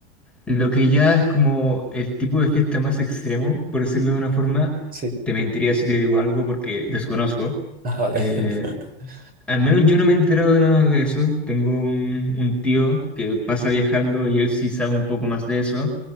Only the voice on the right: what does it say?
Sí.
Ah, vale.
<laughs>